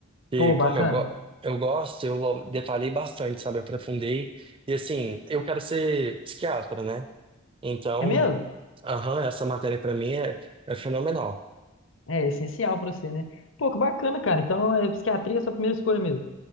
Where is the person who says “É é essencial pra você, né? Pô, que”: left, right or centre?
Left